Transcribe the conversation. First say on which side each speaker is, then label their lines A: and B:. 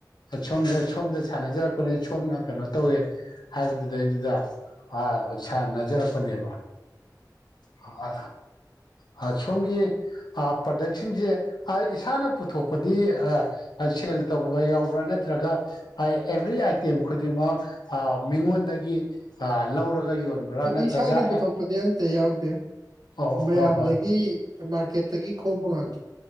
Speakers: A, on the left (about 75°); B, on the right (about 60°).
A: ꯁꯣꯝꯗ ꯁꯣꯝꯗ ꯁꯥꯟꯅꯖꯔꯛꯄꯅꯦ ꯁꯣꯝꯅ ꯀꯩꯅꯣ ꯇꯧꯋꯦ ꯍꯥꯏꯕꯗꯨ ꯗꯩꯗꯨꯗ ꯑ ꯁꯥꯟꯅꯖ ꯔꯛꯄꯅꯦꯕ ꯑ ꯑ ꯁꯣꯝꯒꯤ ꯑ ꯄ꯭ꯔꯗꯛꯁꯤꯡꯁꯦ ꯑ ꯏꯁꯥꯅ ꯄꯨꯊꯣꯛꯄꯗꯤ ꯑ ꯁꯦꯜ ꯇꯧꯕ ꯌꯥꯎꯕ꯭ꯔꯥ ꯅꯦ ꯇ꯭ꯔꯒ ꯑꯦꯕꯔꯤ ꯑꯥꯏꯇꯦꯝ ꯈꯨꯗꯤꯡꯃꯛ ꯃꯤꯉꯣꯟꯗꯒꯤ ꯂꯧꯔꯒ ꯌꯣꯟꯕ꯭ꯔꯥ ꯅꯠꯇ꯭ꯔꯒ
B: ꯏꯁꯥꯅ ꯄꯨꯊꯣꯛꯄꯗꯤ
A: ꯑꯦ
B: ꯑꯝꯇ ꯌꯥꯎꯗꯦ
A: ꯑꯣ
B: ꯃꯌꯥꯝꯗꯒꯤ
A: ꯍꯣꯏ ꯍꯣꯏ
B: ꯃꯥꯔꯀꯦꯠꯇꯒꯤ ꯈꯣꯝꯕ ꯉꯥꯛ